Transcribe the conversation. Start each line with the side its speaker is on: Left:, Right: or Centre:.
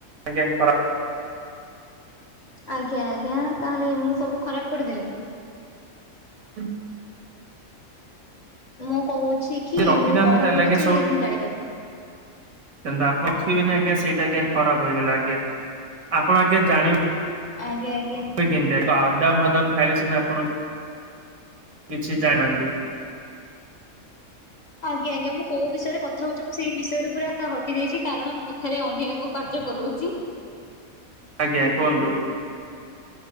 Right: ଆଜ୍ଞା
Left: ଆଜ୍ଞା ଆଜ୍ଞା। ତାହେଲେ ମୁଁ ସବୁ ଖରାପ କରିଦେଲି।
Right: ହୁଁ।
Left: ମୁଁ କହୁଛି କି?
Right: ରଖିଥାନ୍ତେ
Left: ମୁଁ କଣ
Right: ତାହେଲେ
Left: କହୁଛି
Right: ଆଜ୍ଞା
Left: ମୁଁ ଜାଣିପାରୁନି!
Right: କିନ୍ତୁ ଆପ୍ -ରଖିବନି ଆଜ୍ଞା ସେଇଟା ଆଜ୍ଞା ଖରାପ୍ ହେଇଗଲା ଆଜ୍ଞା। ଆପଣ ଆଜ୍ଞା ଜାଣିବେ
Left: ଆଜ୍ଞା, ଆଜ୍ଞା।
Right: କେମିତି ବାଦାମ ଫାଦାମ ଖାଇଲେ ସିନା ଆପଣ କିଛି ଜାଣିନାହାନ୍ତି।
Left: ଆଜ୍ଞା, ଆଜ୍ଞା, ମୁଁ କୋଉ ବିଷୟରେ କଥା ହଉଛି ମୁଁ ସେଇ ବିଷୟରେ ପୁରା ହଟି ଯାଇଛି କାରଣ ମୁଁ ଏଥରେ ଅନ୍ୟକୁ କାର୍ଯ୍ୟ କରୁଅଛି।
Right: ଆଜ୍ଞା କୁହନ୍ତୁ।